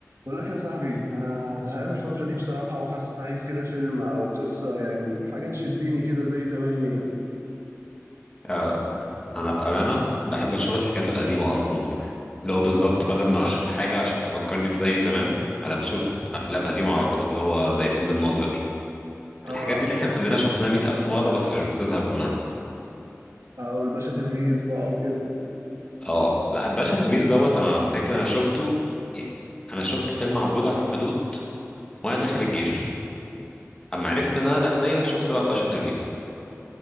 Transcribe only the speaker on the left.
آه، انا بامانه بحب اشوف الحاجات القديمه اصلا اللي هو بالظبط بدل ما اشوف حاجه عشان تفكرني بزي زمان انا بشوف افلام قديمه على طول اللي هو زي فيلم الناظر
الحاجات دي اللي احنا كلنا شفناها مئة الف مره بس مش بتزهق منها
اه لا الباشا تلميذ دوت انا فاكر انا شفته يعني انا شفت فيلم عبود على الحدود وانا داخل الجيش اما عرفت ان انا داخليه شفت بقى الباشا تلميذ